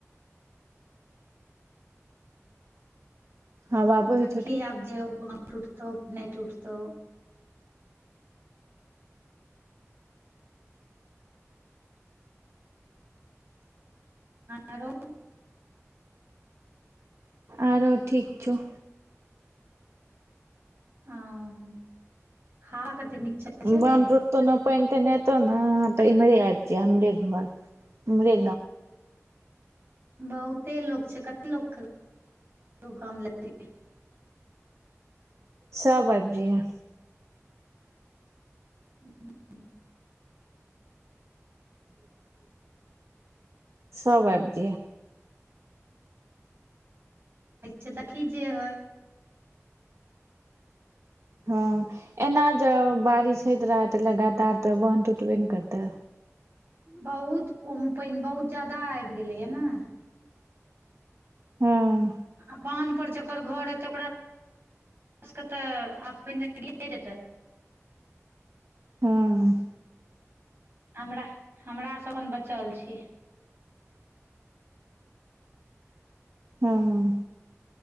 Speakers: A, on the right; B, on the right.
A: हवा बहै
B: देखी
A: छौ की
B: आब जे उ बांध टुटतौ की नै टुटतौ आरो
A: आरो ठीक छ
B: हाँ हावा कतेक नीक छै चलै
A: लेन
B: गे
A: ट तेना पाइन ताइन ऐतौ ना तऽ इमरै आइब जहिये हमरे घर इमरे
B: बहुते लोक छय कते लोक के गाम लऽ जैबै
A: सब आइब जहिये
B: हूँ
A: <inaudible> सब आइब जहिये
B: छै देखही जे हो
A: हाँ ऐना जऽ बारिश होइत रहै तऽ लगातार तऽ बान्ध टूटबे ने करते
B: बहुत ओन पाइन बहुत ज्यादा आइव गेलैए नै
A: हां
B: आ बान्न पर जकर घर हेते ओकरा के तऽ आब पहिने गिरेतै
A: हाँ
B: हमरा हमरा स एखन बचल छी
A: हाँ